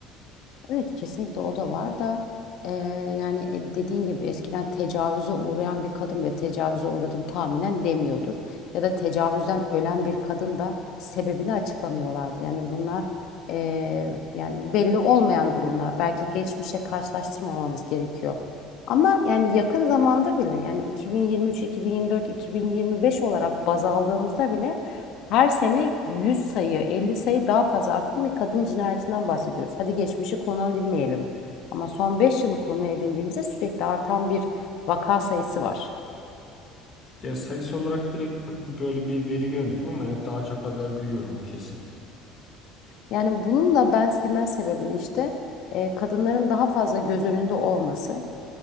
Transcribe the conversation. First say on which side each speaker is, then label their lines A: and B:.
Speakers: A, on the left; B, on the left.
A: Evet kesinlikle o da var da eee, yani e, dediğin gibi eskiden tecavüze uğrayan bir kadın bile tecavüze uğradım tahminen demiyordur. Ya da tecavüzden ölen bir kadın da sebebini açıklamıyorlardır. Yani bunlar eee, yani belli olmayan durumlar. Belki geçmişe karşılaştırmamamız gerekiyor. Ama yani yakın zamanda bile yani 2023, 2024, 2025 olarak baz aldığımızda bile her sene 100 sayı, 50 sayı daha fazla artan bir kadın cinayetinden bahsediyoruz. Hadi geçmişi konu edinmeyelim. Ama son 5 yılı konu edindiğimizde sürekli artan bir vaka sayısı var.
B: Ya sayısı olarak direkt böyle bir veri görmedim ama evet daha çok haber duyuyorum o kesin.
A: Yani bunun da ben temel sebebini işte e, kadınların daha fazla göz önünde olması.